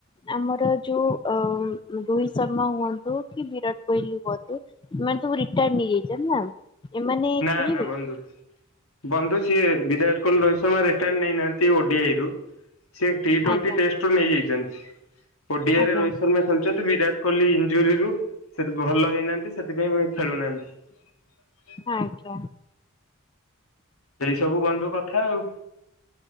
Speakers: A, on the left; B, on the left.
A: ଆମର ଯୋଉ ଅ ରୋହିତ ଶର୍ମା ହୁଅନ୍ତୁ କି ବିରାଟ କୋହଲି ହୁଅନ୍ତୁ ଏମାନେ ସବୁ ରିଟାୟାର୍ ନେଇଯାଇଛନ୍ତି ନା। ଏମାନେ
B: ନା
A: ଖେଳିବେ?
B: ନା ବନ୍ଧୁ ବନ୍ଧୁ ସିଏ ବିରାଟ କୋହଲି ରୋହିତ ଶର୍ମା ରିଟାୟାଡ଼ ନେଇନାହାନ୍ତି ଓଡିଆଇରୁୁ। ସେ ଟି ଟ୍ୱେଣ୍ଟି
A: ଆଜ୍ଞା
B: ଟେଷ୍ଟ ରୁ ନେଇଯାଇଛନ୍ତି। ଓଡିଆଇ
A: ଆଜ୍ଞା
B: ରେ ରୋହିତ ଶର୍ମା ଖେଳୁଛନ୍ତି ବିରାଟ କୋହଲି ଇଞ୍ଜୁରିରୁ ସେ ଭଲ ହେଇନାହାନ୍ତି ସେଥିପାଇଁ ମୁ ଖେଳୁନାହାନ୍ତି
A: ଆଜ୍ଞା
B: ଏଇ ସବୁ ବନ୍ଧୁ କଥା ଆଉ